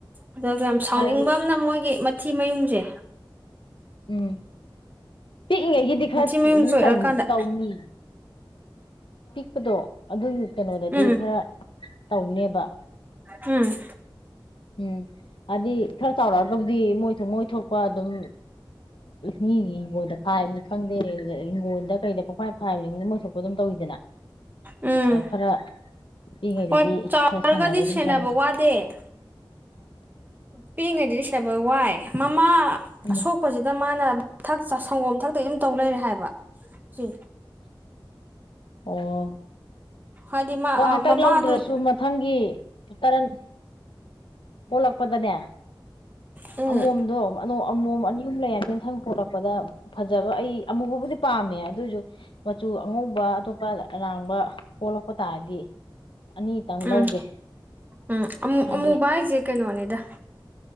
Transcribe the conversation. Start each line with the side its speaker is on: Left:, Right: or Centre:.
Right: ꯑꯗꯨꯒ ꯌꯥꯝ ꯁꯥꯎꯅꯤꯡꯕ
Left: ꯍꯥꯏꯗꯤ
Right: ꯑꯃꯅ ꯃꯣꯏꯒꯤ ꯃꯠ ꯊꯤ ꯃꯌꯨꯡꯖꯦ
Left: ꯎꯝ ꯄꯤꯛꯏꯉꯩꯒꯤꯗꯤ ꯈꯔ
Right: ꯃꯊꯤ ꯃꯌꯨꯡ
Left: ꯑꯗꯨꯝ
Right: ꯆꯣꯏꯔꯛꯑꯀꯥꯟꯗ
Left: ꯇꯧ ꯇꯧꯅꯤ꯫ ꯄꯤꯛꯄꯗꯣ ꯑꯗꯨ ꯀꯩꯅꯣꯗꯗꯤ
Right: ꯎꯝ
Left: ꯈꯔ ꯇꯧꯅꯦꯕ
Right: ꯎꯝ
Left: ꯎꯝ ꯍꯥꯏꯗꯤ ꯈꯔ ꯆꯥꯎꯔꯛꯑꯒꯕꯨꯗꯤ ꯃꯣꯏ ꯃꯣꯏ ꯊꯣꯛꯄ ꯑꯗꯨꯝ ꯃꯤꯒꯤ ꯍꯤꯡꯒꯣꯟꯜꯗ ꯐꯥꯏꯕꯅꯤ ꯈꯪꯗꯦ ꯍꯤꯡꯒꯣꯜꯗ ꯀꯩꯗ ꯄꯪꯈꯥꯏ ꯐꯥ ꯍꯥꯏꯕꯅꯤ ꯈꯪꯗꯦ ꯃꯣꯏꯊꯣꯛꯄ ꯑꯗꯨꯝ ꯇꯧꯋꯤꯗꯅ
Right: ꯎꯝ
Left: ꯈꯔ ꯄꯤꯛꯏꯉꯩꯗꯗꯤ
Right: ꯍꯣꯏ ꯆꯥꯎꯔꯒꯗꯤ
Left: ꯈꯔ ꯁꯦꯟꯅꯕ ꯑꯗꯨꯝ ꯆꯪꯉꯤ
Right: ꯋꯥꯗꯦ ꯄꯤꯛꯏꯉꯩꯗꯗꯤ ꯁꯦꯟ ꯕ ꯋꯥꯏ ꯃꯃꯥ
Left: ꯎꯝ
Right: ꯑꯁꯣꯛꯄꯖꯤꯗ ꯃꯥꯅ ꯊꯛ ꯁꯥ ꯁꯪꯒꯣꯝ ꯊꯛꯇꯒꯤ ꯃꯨ ꯇꯧ ꯂꯩꯔꯦ ꯍꯥꯏꯕ ꯁꯤ
Left: ꯑꯣ
Right: ꯍꯥꯏꯗꯤ ꯃꯥ
Left: ꯍꯣ ꯍꯟꯇꯛ
Right: ꯃꯃꯥꯗꯨ
Left: ꯂꯧꯗ꯭ꯔꯁꯨ ꯃꯊꯪꯒꯤ ꯇꯔꯟ ꯄꯣꯛꯂꯛꯄꯗꯅꯦ
Right: ꯎꯝ
Left: ꯑꯃꯣꯝꯗꯣ ꯃ ꯅꯨ ꯑꯥ ꯑꯃꯣꯝ ꯑꯅꯤ ꯑꯍꯨꯝ ꯂꯩꯔꯗ ꯃꯊꯪ ꯄꯂꯛꯄꯗ ꯐꯖꯕ ꯑꯩ ꯑꯃꯨꯕꯕꯨꯗꯤ ꯄꯥꯝꯃꯦ ꯑꯗꯨꯑꯣꯏꯖꯨ ꯃꯆꯨ ꯑꯉꯧꯕ ꯑꯇꯣꯞꯄ ꯑꯔꯥꯡꯕ ꯄꯣꯛꯂꯛꯄ ꯇꯥꯔꯗꯤ ꯑꯅꯤꯇꯪ
Right: ꯎꯝ
Left: ꯂꯧꯒꯦ
Right: ꯎꯝ ꯑꯃꯨ
Left: ꯍꯥꯏꯗꯤ
Right: ꯑꯃꯨꯕ ꯍꯥꯏꯖꯦ ꯀꯩꯅꯣꯅꯤꯗ